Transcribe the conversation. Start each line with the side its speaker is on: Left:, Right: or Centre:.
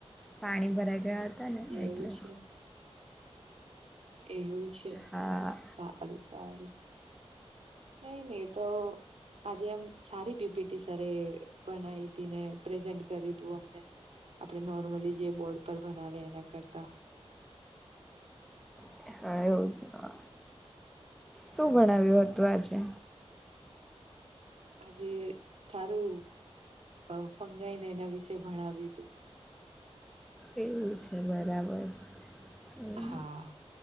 Centre: પાણી ભરા ગયા હતા ને
Right: એવું
Centre: એટલે.
Right: છે એવું છે?
Centre: હા.
Right: સારું સારું. કઈ ની એ તો આજે એમ સારી પીપીટી સર બનાવી હતી ને પ્રેઝન્ટ કર તું અમને. આપણે નોર્મલી જે બોર્ડ પર બનાવે એના કરતા.
Centre: <unintelligible> શું ભણાવ્યું હતું આજે?
Right: આજે સારું ફંગાઈને એના વિશે ભણાવ્યું હતું.
Centre: એવું છે, બરાબર. એમ.
Right: હા,